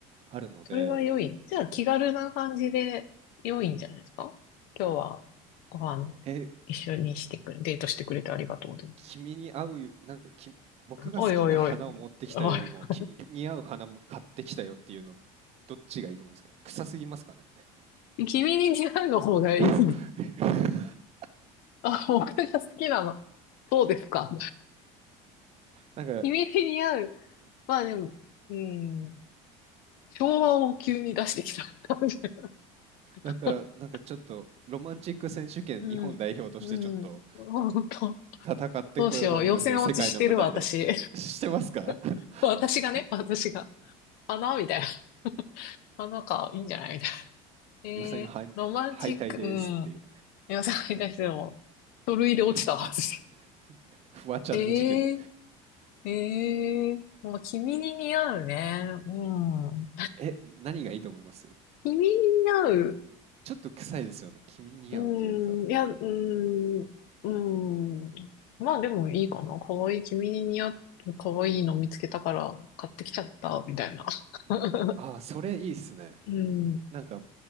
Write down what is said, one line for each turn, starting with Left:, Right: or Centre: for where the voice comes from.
Right: あるので、
Left: それは良い。じゃあ気軽な感じで良いんじゃないですか今日はご飯
Right: え、
Left: 一緒にしてくれ、デートしてくれてありがとうで。
Right: 君に合う、なんかき、僕が好きな花を持ってきたよりも、
Left: おいおいおい。おい <laughs>
Right: 君に似合う花も買ってきたよっていうの、どっちがいいと思いますか臭すぎますかね
Left: 君に似合うの方がいい。
Right: <laughs>
Left: あ、僕が好きなの。そうですか。
Right: なんか、
Left: 君に似合う。まあでも、うん、昭和を急に出してきた感じ。
Right: だから、
Left: <laughs>
Right: なんかちょっと、ロマンチック選手権日本代表としてちょっと
Left: うん。うん。本当。
Right: 戦ってこようと思うんですけど、
Left: どうしよう。予選落ちしてるわ、
Right: 世界の舞台で。
Left: 私。
Right: してますか <laughs>
Left: <laughs> 私がね、私が。花みたいな。<laughs> 花か、いいんじゃないみたいな。えー、
Right: 予選敗敗退ですっていう
Left: ロマンチック、うん。皆さんに対しても、書類で落ちたはず。
Right: <laughs> フワちゃんの事件
Left: <laughs> えー、えー、もう君に似合うね。うん。
Right: え何がいいと思います
Left: 君に似合う。
Right: ちょっと臭いですよね君に似合うっていうよりか
Left: うん、いや、うん、うん。まあでもいいかな。かわいい、君に似合う、かわいいの見つけたから買ってきちゃった、みたいな。
Right: うんああそれいいっすね
Left: <laughs> うん。い
Right: なんか